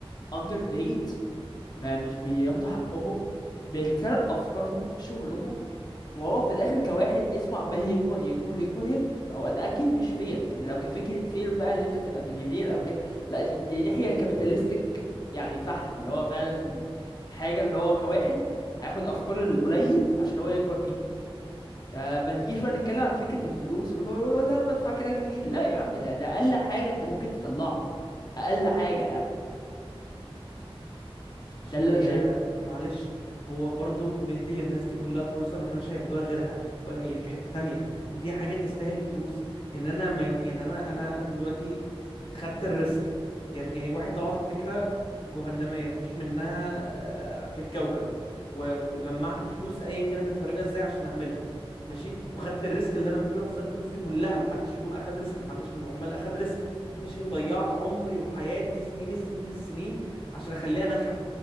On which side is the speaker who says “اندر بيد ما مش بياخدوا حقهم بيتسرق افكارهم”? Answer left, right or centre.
Left